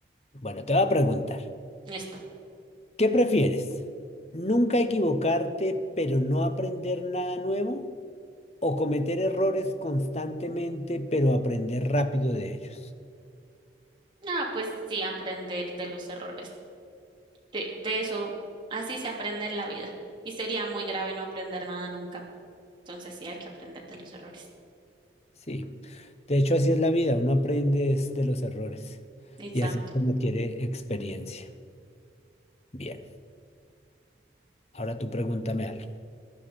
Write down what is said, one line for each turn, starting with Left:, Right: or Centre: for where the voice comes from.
Left: Bueno, te voy a preguntar,
Right: Esto.
Left: ¿qué prefieres? ¿Nunca equivocarte pero no aprender nada nuevo? ¿O cometer errores constantemente pero aprender rápido de ellos?
Right: Ah, pues sí, aprender de los errores. De, de eso, así se aprende en la vida. Y sería muy grave no aprender nada nunca. Entonces sí hay que aprender de los errores.
Left: Sí, de hecho así es la vida, uno aprende es de los errores
Right: Exacto.
Left: y así es como quiere experiencia. Bien, ahora tú pregúntame algo. <laughs>